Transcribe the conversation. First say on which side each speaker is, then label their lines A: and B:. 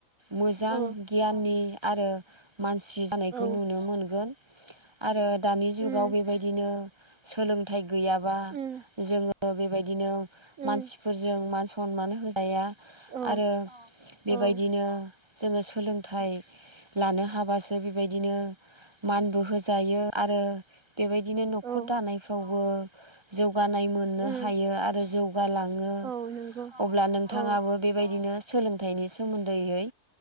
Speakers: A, on the right; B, on the right.
A: मोजां
B: औ
A: गियाननि आरो मानसि जानायखौ
B: औ
A: नुनो मोनगोन। आरो दानि जुगाव
B: उम
A: बेबायदिनो सोलोंथाइ गैयाबा
B: उम
A: जोङो बेबायदिनो
B: उम
A: मानसिफोरजों मान सनमान होजाया।
B: औ
A: आरो बेबायदिनो
B: औ
A: जोङो सोलोंथाइ लानो हाबासो बेबायदिनो मानबो होजायो। आरो बेबायदिनो न'खर
B: औ
A: दानायफ्रावबो जौगानाय मोननो
B: उम
A: हायो आरो जौ गालाङो
B: औ नंगौ
A: अब्ला नोंथाङाबो
B: औ
A: बेबायदिनो सोलोंथाइनि सोमोन्दैयै